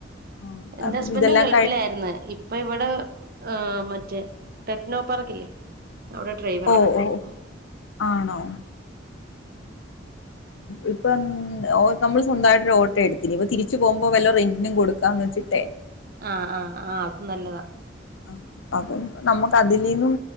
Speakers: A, on the left (about 80°); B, on the right (about 55°).
A: ആഹ്
B: എന്റെ
A: അപ്പൊ
B: ഹസ്ബൻറും
A: ഇതെല്ലാം
B: ഗൾഫിലാര്ന്ന്
A: കഴി
B: ഇപ്പ ഇവട ആ മറ്റേ ടെക്നോ പാർക്കില്ലേ അവിടെ ഡ്രൈവറ്
A: ഓ
B: ആയിട്ട് പോണ്
A: ഓ ആണോ ഇപ്പം <unintelligible> നമ്മൾ സ്വന്തായിട്ട് ഒരു ഓട്ടോ എടുത്തിനിപ്പ തിരി ച്ചു പോകുമ്പോ വല്ല റന്റിനും കൊടുക്കാന്ന് വെച്ചിട്ടേ
B: ആ ആ ആ അത് നല്ലതാ
A: ആ അപ്പം നമ്മക്ക് അതിലീന്നും